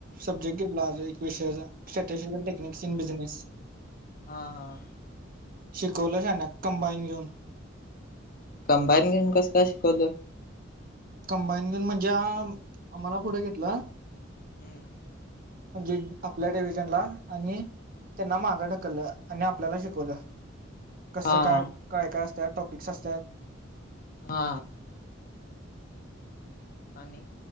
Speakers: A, on the right; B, on the left.
A: सब्जेक्ट घेतला आज एक विषयाचा स्ट्रॅटेजि आणि टेक्निकस इन बिजनेस,
B: हा हा
A: शिकवल शहाण्या कंबाईन घेऊन.
B: कंबाईन घेऊन कसं काय शिकवलं?
A: कंबाईन घेवून म्हणज्या, आम्हाला पुढे घेतल
B: हूम्म.
A: म्हणजे आपल्या डेिव्हिजनला आणि त्यांना मागं ढकललं आणि आपल्याला शिकवलं. कसं
B: हा
A: काय?
B: हा
A: काय काय अस त. त्यात टॉपिकस असत्यात
B: हा. आणि